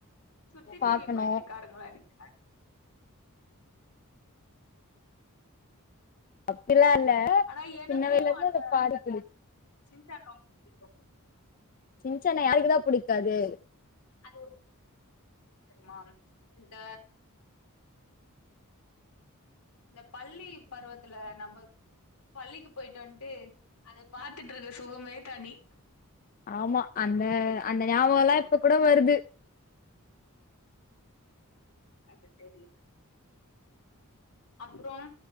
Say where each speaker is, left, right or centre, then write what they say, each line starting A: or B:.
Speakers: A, on the left (about 80°); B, on the left (about 40°).
A: சுட்டி டிவி
B: பாக்கணு
A: பைத்தியக்காரங்கலா நீங்க
B: அப்டிலா இல்ல
A: ஆனா எனக்கு
B: சின்ன வயிசுல இருந்து
A: அந்த
B: அத பாட பிடிக்கு
A: சின்சான் ரொம்ப புடிக்கும்
B: சின்சன்ன யாருக்குதா பிடிக்காது
A: அது <unintelligible> இந்த இந்த பள்ளி பருவத்துல நம்ப பள்ளிக்கு போயிட்டு வந்துன்ட்டு அது பாத்துட்டு இருக்க சுகமே தனி
B: ஆமா அந்த அந்த ஞாபக எல்லா இப்ப கூட வருது
A: அது சரி அப்பற